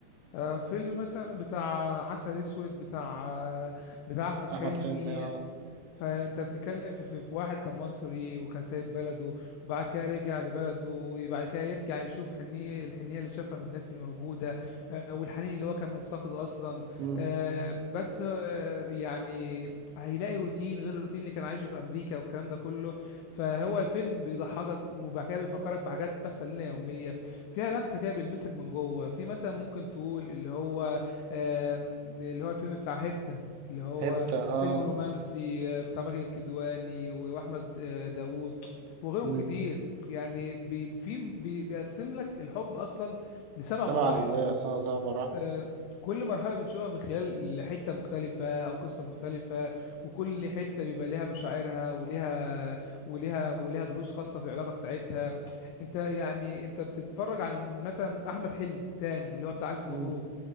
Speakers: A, on the left; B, on the right.
A: آه، فيلم مثلا بتاع عسل اسود بتاع آه، بتاع احمد حلمي
B: أحمد حلمي اه
A: فانت بتتكلم في, في, في واحد كان مصري وكان سايب بلده وبعد كده رجع لبلده وبعد كده يرجع يشوف حنيه الحنيه اللي شافها من الناس اللي موجوده آه، والحنين اللي هو كان مفتقده اصلا
B: مم.
A: آه، بس آه، يعني هيلاقي روتين غير الروتين اللي كان عايشه في امريكا والكلام ده كله فهو الفيلم بيضحكك وبعد كده بيفكرك بحاجات بتحصل لنا يوميه فيها لمسه كده بيلمسك من جوه في مثلا ممكن تقول اللي هو آم، اللي هو الفيلم بتاع هيبتا اللي هو
B: هبتة اه
A: فيلم رومانسي آه، بتاع ماجد الكدواني و- واحمد آه، داوود وغيرهم
B: مم.
A: كتير يعني بي في بي بيقسم لك الحب اصلا لسبع
B: سبع
A: مراحل
B: أجزاء اه زبرة
A: آه، كل مرحله بنشوفها من خلال حته مختلفه او قصه مختلفه وكل حته بيبقى ليها مشاعرها وليها وليها وليها دروس خاصه في العلاقه بتاعتها انت يعني انت بتتفرج عن مثلا احمد حلمي تاني اللي هو بتاع الف
B: مم.
A: مبروك